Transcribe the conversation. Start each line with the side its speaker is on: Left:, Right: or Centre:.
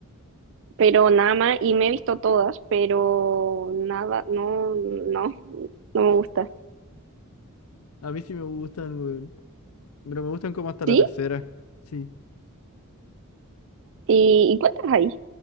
Right: pero nada más y me he visto todas, pero nada, no, no, no me gusta.
Left: A mí sí me gustan, weón. Pero me gustan como hasta
Right: ¿Sí?
Left: la tercera. Sí,
Right: ¿Y, y cuántas hay?